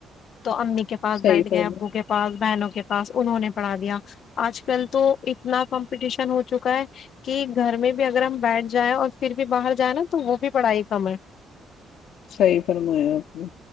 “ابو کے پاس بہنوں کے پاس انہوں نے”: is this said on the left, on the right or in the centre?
Left